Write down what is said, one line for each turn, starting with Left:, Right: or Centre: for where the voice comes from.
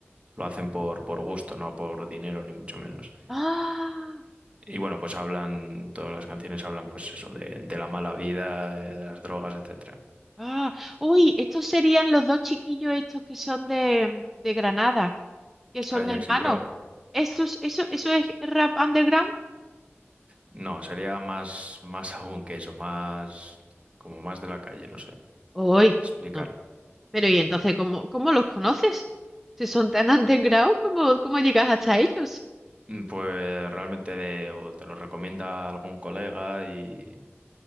Right: Lo hacen por, por gusto, no por dinero, ni mucho menos.
Centre: ¡Ah!
Right: Y bueno, pues hablan, todas las canciones hablan, pues eso, de, de la mala vida, eh, de las drogas, etcétera.
Centre: ¡Ah! Uy, estos serían los dos chiquillos estos que son de, de Granada, que son
Right: Ajax
Centre: hermanos.
Right: y Proc.
Centre: ¿Estos, eso, eso es rap underground?
Right: No, sería más, más <laughs> aún que eso, más, como más de la calle, no sé,
Centre: Uy,
Right: explicarlo.
Centre: no. Pero ¿y entonces cómo, cómo los conoces? Si son tan underground, ¿cómo, cómo llegas hasta ellos?
Right: Mm, Pues realmente de- o te lo recomienda algún colega y,